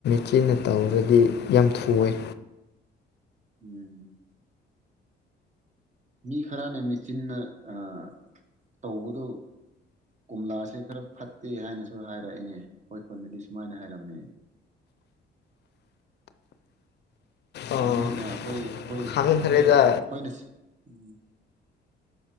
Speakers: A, on the left; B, on the right.
A: ꯆꯦꯟꯅ ꯇꯧꯔꯗꯤ ꯌꯥꯝ ꯊꯨꯋꯦ
B: ꯎꯝ ꯃꯤ ꯈꯔꯅ ꯃꯦꯆꯤꯟꯅ ꯑꯥ ꯇꯧꯕꯗꯨ ꯀꯣꯝꯂꯥꯁꯦ ꯈꯔ ꯐꯠꯇꯦ ꯍꯥꯏꯅꯁꯨ ꯍꯥꯏꯔꯛꯑꯦꯅꯦ ꯑꯩꯈꯣꯏ ꯈꯨꯟꯗꯗꯤ ꯁꯨꯃꯥꯏꯅ ꯍꯥꯏꯔꯝꯃꯦ
A: ꯑꯥ
B: ꯃꯤꯅ ꯑꯈꯣꯏ ꯑꯈꯣꯏ
A: ꯈꯪꯗ꯭ꯔꯦꯗ
B: ꯑꯈꯣꯏ ꯑꯈꯣꯏꯅ ꯎꯝ